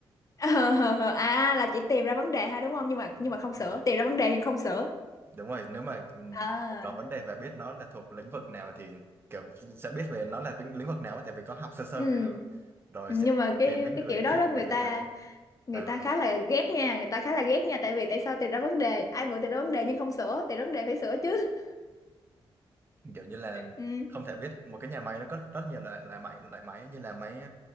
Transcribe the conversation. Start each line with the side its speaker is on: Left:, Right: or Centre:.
Left: <laughs> Ờ, à là chỉ tìm ra vấn đề ha đúng không? Nhưng mà
Right: <laughs>
Left: nhưng mà không
Right: đúng
Left: sửa,
Right: rồi.
Left: tìm ra vấn đề nhưng không sửa.
Right: đúng rồi nếu mà ừm,
Left: À.
Right: có vấn đề về biết nó là thuộc lĩnh vực nào thì kiểu sẽ biết về nó là vĩnh- lĩnh vực nào ấy, tại vì có học sơ sơ
Left: ừ
Right: về nó rồi
Left: nhưng
Right: sẽ
Left: mà cái
Right: tìm cái người
Left: cái kiểu đó
Right: chuyên
Left: đó người
Right: về bên
Left: ta
Right: đấy
Left: người
Right: À.
Left: ta khá là ghét nha người ta khá là ghét nha tại vì tại sao tìm ra vấn đề ai muốn tìm ra vấn đề nhưng không sửa tìm ra vấn đề phải sửa chứ
Right: kiểu như là
Left: ừ
Right: không thể biết một cái nhà máy nó có rất nhiều loại loại máy loại máy như là máy